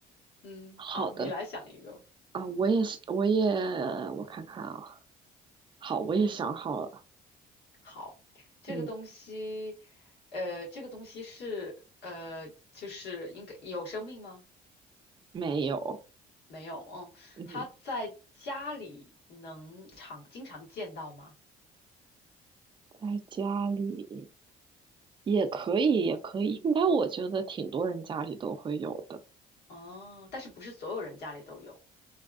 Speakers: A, on the left; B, on the right.
A: 嗯，
B: 好的
A: 好，你来想一个。
B: 啊，我也是我也我看看啊，好，我也想好了。
A: 好，这个东西，
B: 嗯，
A: 呃，这个东西是呃，就是应该有生命吗？
B: 没有。
A: 没有，嗯，
B: 嗯，
A: 它在家里能常经常见到吗？
B: 在家里也可以，也可以。应该我觉得挺多人家里都会有的，
A: 哦，但是不是所有人家里都有